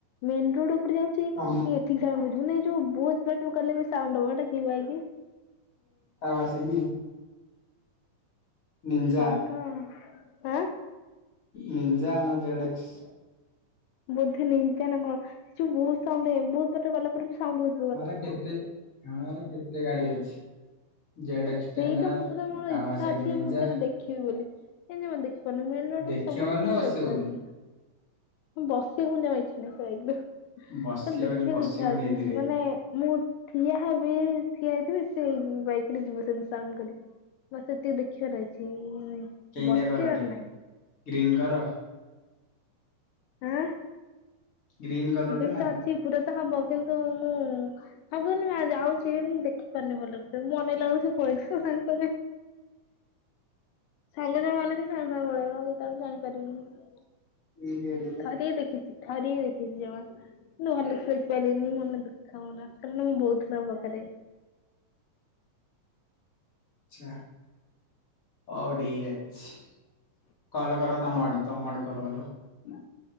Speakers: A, on the left (about 90°); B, on the left (about 30°).
A: ମେନ ରୋଡ ଉପରେ ଯାଉଚି ଇ
B: ତମ
A: ଠିକ୍ ସାରା ବୁଝୁନି ଯୋଉ ବହୁତ୍ବ ବାଟ ଗଲେବି ସାଉଣ୍ଡ ହୁଏ ହେଟା କି ବାଇକି?
B: ହ ସି <unintelligible> ନିଞ୍ଜା
A: କନ୍ତ ଆଁ
B: ନିଞା ନା ଜେଡେକ୍ସ
A: ବୋଧେ ନିଞା ନା କଣ। ସେ ବହୁତ ସାଉଣ୍ଡ ସେ ବହୁତ ବାଟ ଗଲା ପରେ ବି ସାଉଣ୍ଡ ହ
B: ଆମର କେତେ ଆମର କେତେ ଗାଡି ଅଛି। ଜେଡ ଏକ୍ସ
A: ସେଇଟା
B: ଟେନାର
A: ମୁଁ ଥରେ ମୋର
B: କାୱାସାକୀ
A: ଇଚ୍ଛା ଅଛି
B: ନିଞା।
A: ମୁଁ ସେଇଟା ଦେଖିବି ବୋଲି କେମତି ମତେ ଦେଖପାରୁନୁ। ମେନ ରୋଡ଼ରୁ
B: ଦେଖିବ
A: ସବୁବେଳେ
B: ବୋଲି
A: ଯାଉଛି
B: ନା
A: କିନ୍ତୁ
B: ବସିବ
A: ଦେଖିପାରୁନି।
B: ବୋଲି?
A: ମୁ ବସିବି ବୋଲି <unintelligible> ଇଛି ନା ସେ ବାଇକୁ
B: ବସିବନି
A: ତାଲେ ଦେଖିବାକୁ
B: ବସିବନି
A: ଇଚ୍ଛା ହଉଛି
B: ଏଇଥିରେ
A: ମାନେ ମୁଁ ଠିଆ ହେବି ଠିଆ ହେଇଥିବି ସେଇ ବାଇକରେ ଯିବ ସେମତି ସାଉଣ୍ଡ କରିକି। ମତେ ସେତିକି ଦେଖିବାର ଅଛି।
B: କେମିତିଆ
A: ବସିବାର
B: କଲର ଟେ
A: ନାହିଁ
B: ଗ୍ରୀନ୍ କଲର?
A: ଆଁ?
B: ଗ୍ରୀନ୍ କଲରଟେ
A: ଯେମିତି
B: ନା କଣ?
A: ଅଛି ପୁରା ତ ହବ କିନ୍ତୁ ମୁଁ ସବୁଦିନିପା ଯାଉଛି। ମୁଁ ଦେଖିପାରୁନି ଭଲ ସେ। ମୁ ଅନେଇଲା ବେଳକୁ ପଳେଥିବେ ସାଙ୍ଗ ସାଙ୍ଗେ ସାଙ୍ଗେ ସାଙ୍ଗେ ଅନେଇଥିବୁ ସାଙ୍ଗେ ସାଙ୍ଗେ ପଳେଇବ ଆଉ କେତୋବେଳେ ଜାଣିପାରିବିନି।
B: ଇଟ ଏଡ଼େଇଲ।
A: ଥରିଏ ଦେଖିଚି ଥରିଏ ଦେଖିଚି ଜମା। ମୁୁ ଭଲ ଶୁଆଇ ପାରିଲିନି ମନ ଦୁଃଖ ମୋର କାରଣ ମୁଁ ବହୁତ ଲଭ କରେ।
B: ଆଚ୍ଛା ହଉ ଡିକ ଅଛି। କଲ କର ତମ ଆଡୁ, ତମ ଆଡୁ କଲ କଲ।
A: ନାଁ